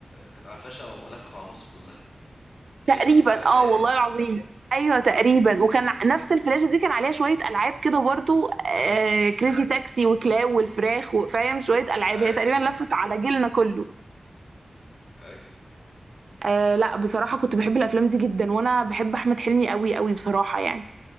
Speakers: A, on the left; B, on the right.
A: كانت على فلاشة ولفت على مصر كلها ايه
B: تقريبا
A: نفس الفلاشاية
B: اه والله
A: دي
B: العظيم ايوه تقريبا وكان ع- نفس الفلاشه دي كان عليها شويه العاب كده برضو
A: أيوه
B: آه كريزي
A: <laughs>
B: تاكسي وكلاو والفراخ وفاهم شويه العاب
A: أيوه
B: هي تقريبا لفت على جيلنا
A: <laughs>
B: كله
A: أيوه
B: آه لا بصراحه كنت بحب الافلام دي جدا وانا بحب احمد حلمي قوي قوي بصراحه يعني